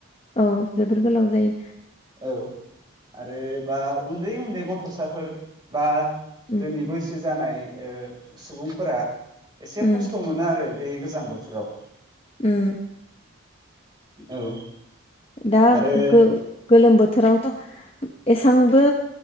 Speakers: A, on the left; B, on the right.
A: औ जोबोर गोलाव जायो
B: औ आरो बा उन्दै उन्दै गथ'साफोर बा
A: उम
B: जोंनि बैसो जानाय ओ सुबुंफोरा एसे
A: उम
B: खस्थ' मोनो आरो बे गोजां बोथोराव
A: ओम
B: औ
A: दा
B: आरो
A: गो-गोलोम बोथोराव एसांबो